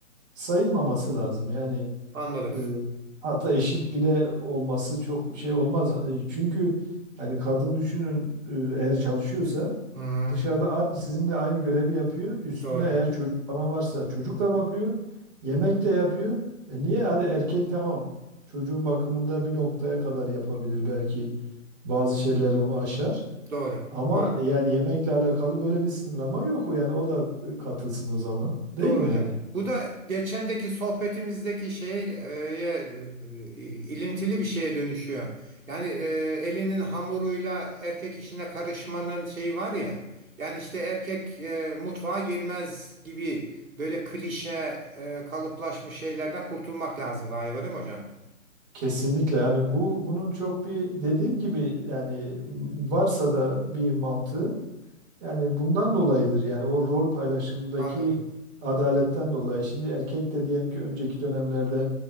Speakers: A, on the right; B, on the right.
A: sayılmaması lazım. Yani
B: Anladım.
A: E, hatta eşit bile olması çok şey olmaz. E, Çünkü yani kadın düşünün e, eğer çalışıyorsa
B: Hı, hı.
A: dışarıda aynı sizinle aynı görevi yapıyor. Üstüne
B: doğru.
A: eğer çocuk falan varsa çocuk da bakıyor. Yemek de yapıyor. E niye? Hadi erkek tamam. Çocuğun bakımında bir noktaya kadar yapabilir belki. Bazı şeyler onu aşar.
B: Doğru.
A: Ama
B: Doğru.
A: yani yemekle alakalı böyle bir sınırlama yok. O yani o da e, katılsın o zaman. Değil
B: Doğru
A: mi
B: hocam.
A: yani?
B: Bu da geçendeki sohbetimizdeki şeye e, e, ilintili bir şeye dönüşüyor. Yani e, elinin hamuruyla erkek işine karışmanın şeyi var ya. Yani işte erkek e, mutfağa girmez gibi böyle klişe e, kalıplaşmış şeylerden kurtulmak lazım galiba değil mi hocam?
A: Kesinlikle yani bu bunun çok bir dediğim gibi yani varsa da bir mantığı yani bundan dolayıdır. Yani o rol paylaşımındaki
B: Anladım.
A: adaletten dolayı. Şimdi erkek de diyelim ki önceki dönemlerde